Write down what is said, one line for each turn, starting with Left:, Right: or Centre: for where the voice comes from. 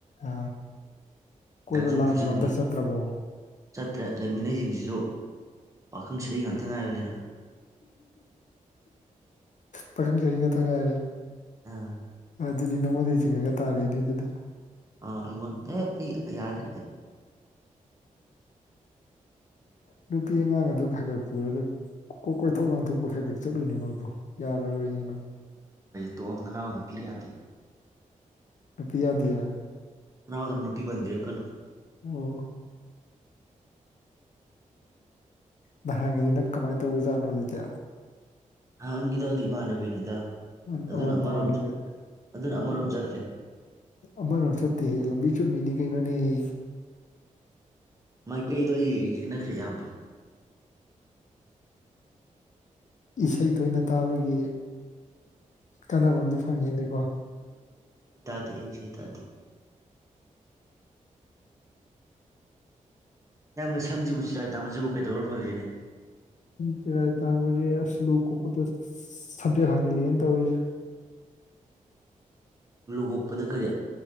Left: ꯑ ꯀꯣꯏꯕ
Right: ꯁꯨꯝ
Left: ꯂꯥꯡꯕꯒ
Right: ꯐꯨꯖꯤꯟꯕꯤ
Left: ꯑꯝꯇ ꯆꯠꯇ꯭ꯔꯕꯣ
Right: ꯆꯠꯇ꯭ꯔꯦ ꯂꯩꯃꯤꯟꯅꯩꯁꯤꯡꯁꯤꯁꯨ ꯄꯥꯈꯪꯁꯔꯤ ꯉꯥꯛ ꯀꯅꯥꯒꯤꯅ‌ꯣ
Left: ꯄꯥꯈꯪ ꯁꯥꯔꯤꯈꯛꯇ ꯉꯥꯏꯔ‌ꯦ
Right: ꯑꯥ
Left: ꯑꯗꯨꯗꯤ ꯅꯉꯣꯟꯗꯩ ꯆꯤꯡꯉꯒ ꯇꯥꯔꯤꯅꯦ ꯑꯗꯨꯗ
Right: ꯑ ꯑꯩꯉ‌ꯣꯟ <unintelligible> ꯌꯥ <unintelligible>
Left: ꯅꯨꯄꯤ ꯑꯉꯥꯡ ꯑꯗꯨ ꯈꯔ ꯈꯔ ꯄꯨꯔꯒ ꯀꯣꯏꯊꯣꯛ ꯂꯥꯟꯊꯣꯛꯄ ꯈꯔ ꯈꯔ ꯆꯠꯂꯨꯅꯦ ꯅꯣꯏꯕꯨ ꯌꯥꯔꯔꯣꯏꯅ‌ꯦ ꯅꯣꯏ
Right: ꯇꯣꯑ‌ꯣ ꯅꯅꯥꯎ ꯅꯨꯄꯤ ꯌꯥꯗꯦ
Left: ꯅꯨꯄꯤꯟ ꯋꯥꯗꯤꯌ‌ꯦ
Right: ꯅꯅꯥꯎꯗ ꯅꯨꯄꯤ ꯄꯟꯕꯤꯔꯛꯀꯅꯣ
Left: ꯑꯣ ꯅꯍꯥꯟꯉꯤꯗꯨ ꯅꯪ ꯀꯃꯥꯏꯅ ꯇꯧꯕ ꯖꯥꯠꯅꯣ ꯑꯗꯨꯗꯤ
Right: ꯅꯍꯥꯟꯒꯤꯗꯗꯤ ꯏꯃꯥꯟꯅꯕꯤꯅꯤꯗ
Left: ꯑꯣ
Right: ꯑꯗꯨꯅ
Left: ꯑꯣ
Right: ꯑꯃꯔꯣꯝ
Left: ꯅꯃꯥꯟꯅꯕꯤ ꯑ‌ꯣ
Right: ꯑꯗꯨꯅ ꯑꯃꯔꯣꯝ ꯆꯠꯈ꯭ꯔꯦ
Left: ꯑꯃꯔ‌ꯣꯝ ꯆꯠꯇꯦꯍꯦ ꯂꯝꯕꯤ ꯆꯨꯝꯃꯤꯅꯤ ꯀꯩꯅ‌ꯣꯅ‌ꯦ
Right: ꯃꯥꯏꯀꯩꯗꯣ ꯑꯩ ꯌꯦꯛꯅꯈ꯭ꯔꯦ ꯏꯌꯥꯝꯕ
Left: ꯏꯁꯩ ꯇꯣꯏꯅ ꯇꯥꯕꯒꯤ ꯀꯥꯟꯅꯕꯝꯗꯤ ꯐꯪꯉꯦꯅꯦꯀꯣ
Right: ꯗ‌ꯦ ꯑꯩ ꯏꯁꯩ ꯇꯥꯗꯦ ꯏꯌꯥꯝꯕ ꯁꯝꯁꯤꯕꯨ ꯆꯤꯔꯥꯏ ꯇꯥꯡꯕꯁꯤꯕꯨ ꯀꯩꯗꯧꯔ ꯐꯥ ꯐꯒ‌ꯦꯅꯦ
Left: ꯆꯤꯔꯥꯏꯇꯥꯡꯕꯁ‌ꯦ ꯑꯁ ꯂꯨ ꯀꯣꯛꯄꯗ ꯁꯝꯖ‌ꯦꯠ ꯍꯥꯡꯖꯤꯂꯛꯑ‌ꯦꯅ ꯇꯧꯔꯤꯁꯤ
Right: ꯂꯨꯒꯣꯛꯄꯗ ꯀꯔꯤ